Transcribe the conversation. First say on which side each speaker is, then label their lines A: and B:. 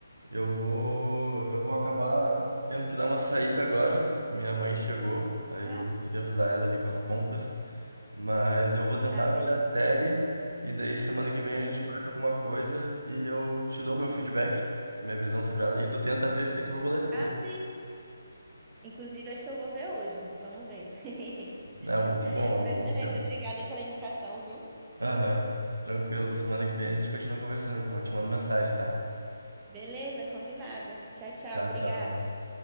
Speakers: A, on the right (about 70°); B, on the right (about 15°).
A: Eu vou, eu vou acabar tendo que dar uma saída agora, que minha mãe chegou. Aí
B: Tá,
A: eu vou ter que ajudar ela ali com as compras. Mas eu vou tentar
B: tá, beleza.
A: ver a série e daí semana que vem a
B: Uhum.
A: gente marca alguma coisa e eu te dou meu feedback, minha visão sobre ela. E tu tenta ver Efeito Borboleta também.
B: Ah, sim. Inclusive, acho que eu vou ver hoje. Vamos ver. <laughs>
A: É muito bom, é
B: Mas
A: um bom
B: beleza,
A: filme.
B: obrigada pela indicação, viu?
A: Aham, tranquilo. Semana que vem a gente continua conversando, então eu te mando mensagem, tá?
B: Beleza, combinada. Tchau, tchau,
A: Tchau,
B: obrigada.
A: tchau.